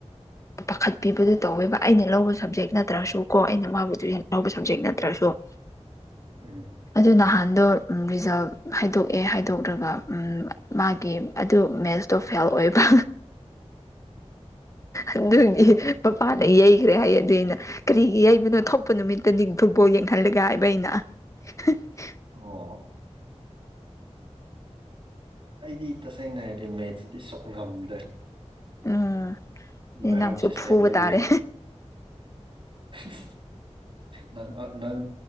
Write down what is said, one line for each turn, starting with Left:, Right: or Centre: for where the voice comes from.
Left: ꯄꯥꯈꯠꯄꯤꯕꯗꯨ ꯇꯧꯋꯦꯕ ꯑꯩꯅ ꯂꯧꯕ ꯁꯕꯖꯦꯛ ꯅꯠꯇ꯭ꯔꯁꯨ ꯀꯣ ꯑꯩꯅ ꯃꯥꯕꯨꯗꯨ ꯂꯧꯕ ꯁꯕꯖꯦꯛ ꯅꯠꯇ꯭ꯔꯁꯨ <inaudible>
Right: ꯎꯝ
Left: ꯑꯗꯨ ꯅꯍꯥꯟꯗꯣ ꯔꯤꯖꯜ ꯍꯥꯏꯗꯣꯛꯑꯦ ꯍꯥꯏꯗꯣꯛꯂ꯭ꯔꯒ ꯃꯥꯒꯤ ꯑꯗꯨ ꯃꯦꯠꯁꯇꯣ ꯐꯦꯜ ꯑꯣꯏꯕ ꯑꯗꯨꯒꯤ ꯄꯄꯥꯅ ꯌꯩ ꯈ꯭ꯔꯦ ꯍꯥꯏꯌꯦ ꯑꯗꯨ ꯑꯩꯅ ꯀꯔꯤꯒꯤ ꯌꯩꯕꯅꯣ ꯊꯣꯛꯄ ꯅꯨꯃꯤꯠꯇꯗꯤ ꯐꯨꯠꯕꯣꯜ ꯌꯦꯡꯍꯜꯂꯒ ꯍꯥꯏꯕ ꯑꯩꯅ ꯍꯥ
Right: ꯑꯣ ꯑꯩꯗꯤ ꯇꯁꯦꯡꯅ ꯍꯥꯏꯔꯗꯤ ꯃꯦꯠꯁꯁꯤꯗꯤ ꯁꯨꯛ ꯉꯝꯗꯦ
Left: ꯎꯝ
Right: ꯕꯥꯏꯍꯔꯠ
Left: ꯅꯪꯁꯨ
Right: ꯁꯤꯁꯇꯦꯝꯗꯒꯤ
Left: ꯐꯨꯕ ꯇꯥꯔꯦ
Right: ꯍ ꯍꯥ ꯅꯪ ꯑ ꯅꯪ